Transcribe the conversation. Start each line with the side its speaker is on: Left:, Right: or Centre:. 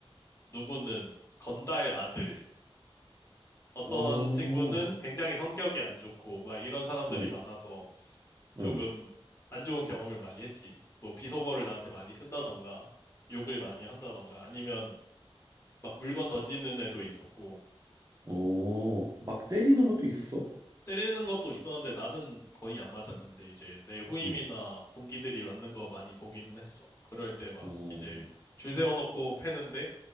Left: 누구는 건달 아들, 어떤
Right: 어,
Left: 친구는 굉장히 성격이 안 좋고, 막 이런 사람들이
Right: 응,
Left: 많아서 조금
Right: 응.
Left: 안 좋은 경험을 많이 했지. 뭐 비속어를 나한테 많이 쓴다던가, 욕을 많이 한다던가, 아니면 막 물건 던지는 애도 있었고,
Right: 어, 막 때리는 것도 있었어?
Left: 때리는 것도 있었는데 나는 거의 안 맞았는데 이제 내 후임이나
Right: 응.
Left: 동기들이 맞는 거 많이 보기는 했어. 그럴 때 막
Right: 어,
Left: 이제 줄 세워놓고 패는데